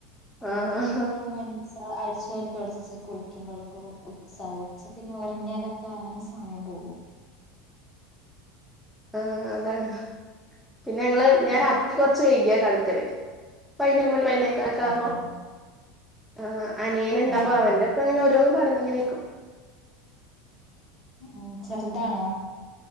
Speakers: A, on the left; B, in the centre.
A: ഒമ്പത്
B: ആഹ്
A: മണിയൊക്കെ ആവുമ്പ അനീസ അശി തുടച്ച് കുളിക്കുമ്പോൾക് ഉച്ച ഉച്ച പിന്നെ ഉറങ്ങിയാലൊക്കെ അങ്ങനെ സമയം പോകും
B: ആ അതാണ് പിന്നെ ഞങ്ങള് ഞൻ
A: ഉം
B: രാത്രി കുറച്ച് വൈഗിയ കടക്ക തല് പൈന്നൂനുമാ പ്പന കാക്ക
A: അതെ
B: അവോ ആ അനിയന ഉണ്ടാമ്പോ
A: ആഹ് ആഹ്
B: അവന്റെ അപ്പങ്ങനെ ഓരോ ന്നും പറഞ്ഞ ഇങ്ങനെയക്കും
A: ഉ ചെറുതാണോ